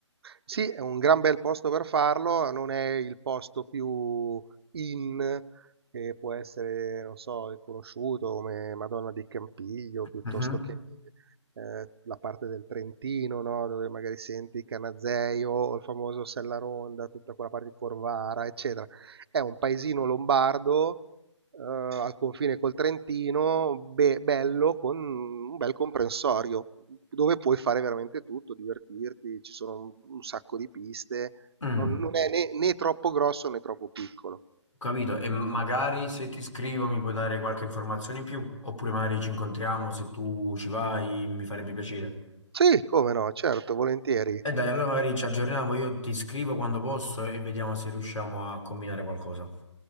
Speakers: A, on the right (about 55°); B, on the left (about 80°).
A: Sì, è un gran bel posto per farlo, non è il posto più in che può essere, non so, conosciuto come Madonna di Campiglio, piuttosto
B: Mhm.
A: che eh, la parte del Trentino, no? Dove magari senti il Canazei o il famoso Sella Ronda, tutta quella parte di Corvara, eccetera. È un paesino lombardo eh, al confine col Trentino, be- bello, con un bel comprensorio, dove puoi fare veramente tutto, divertirti, ci sono un, un sacco di piste,
B: Mm.
A: non, non è né, né troppo grosso né troppo piccolo.
B: Capito? E magari se ti scrivo mi puoi dare qualche informazione in più, oppure magari ci incontriamo, se tu ci vai mi farebbe piacere.
A: Sì, come no, certo, volentieri.
B: E dai, allora magari ci aggiorniamo, io ti scrivo quando posso e vediamo se riusciamo a combinare qualcosa.